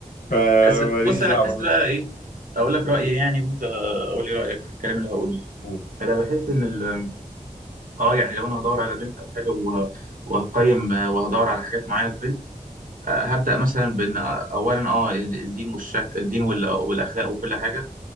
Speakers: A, on the left (about 80°); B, on the right (about 75°).
A: فماليش
B: بس بص انا
A: دعوه
B: حاسس
A: انا
B: بقى ايه اقول لك رأيي يعني وانت قول لي رأيك في الكلام اللي هقوله
A: قول.
B: ده انا بحس ان ال- اه يعني لو انا هدور على بنت او حاجة وه- وهقيم آه، وهدور على حاجات معينة في بنت آه، هبدأ مثلا بإن آه، أولا أه الدين والشك... الدين وال- والأخلاق وكل حاجة